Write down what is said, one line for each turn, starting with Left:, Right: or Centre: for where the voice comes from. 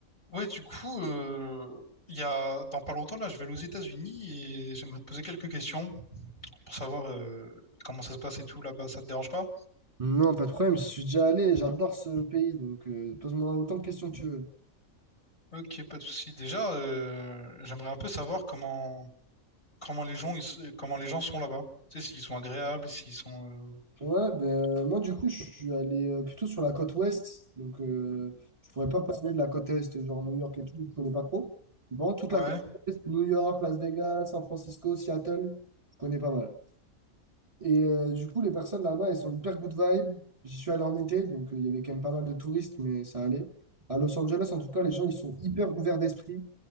Left: Ouais, du coup, euh, il y a dans pas longtemps là, je vais aller aux États-Unis et j'aimerais te poser quelques questions pour savoir euh, comment ça se passe et tout là-bas. Ça te dérange pas?
Right: Non, pas de problème, j'y suis déjà allé, j'adore ce pays, donc euh, pose-moi autant de questions que tu veux.
Left: Ok, pas de souci. Déjà, euh, j'aimerais un peu savoir comment comment les gens ils se- comment les gens sont là-bas. Tu sais, s'ils sont agréables, s'ils sont
Right: Ouais, ben, euh, moi du coup, je suis allé euh, plutôt sur la côte ouest, donc euh, je pourrais pas parler de la côte est, genre New York et tout, je connais pas trop. Bon, toute
Left: euh,
Right: la côte
Left: ouais,
Right: est, New York, Las Vegas, San Francisco, Seattle, je connais pas mal. Et euh, du coup, les personnes là-bas, elles sont hyper good vibe. J'y suis allé en été, donc euh, il y avait quand même pas mal de touristes, mais ça allait. À Los Angeles, en tout cas, les gens, ils sont hyper ouverts d'esprit.